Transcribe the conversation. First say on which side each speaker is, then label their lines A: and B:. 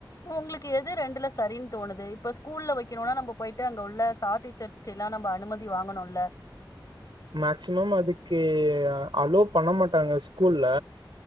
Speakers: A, on the left (about 45°); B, on the right (about 85°).
A: உங்களுக்கு எது ரெண்டுல சரின்னு தோணுது இப்ப ஸ்கூல்ல வெக்கணுனா நம்ம போயிட்டு அங்க உள்ள சா டீச்சர்ஸ்டில்லா நம்ம அனுமதி வாங்கணுல்ல
B: மேக்சிமம் அதுக்கு அலோ பண்ண மாட்டாங்க ஸ்கூல்ல